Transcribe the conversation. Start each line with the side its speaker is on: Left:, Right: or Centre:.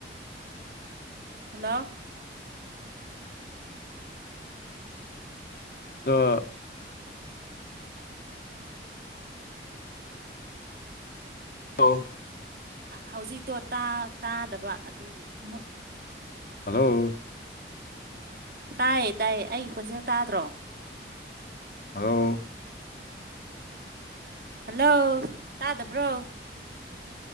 Right: ꯍꯜꯂꯣ
Left: ꯑ ꯑ
Right: ꯍꯧꯖꯤꯛꯇꯣ ꯇꯥꯗꯕ ꯑꯗꯨꯒꯤ ꯃꯨꯠ
Left: ꯍꯜꯂꯣ
Right: ꯇꯥꯏꯌꯦ ꯇꯥꯏꯌꯦ ꯑꯩꯒꯤ ꯈꯣꯟꯖꯦꯜ ꯇꯥꯗ꯭ꯔꯣ
Left: ꯍꯂꯣ
Right: ꯍꯜꯂꯣ ꯇꯥꯗꯕ꯭ꯔꯣ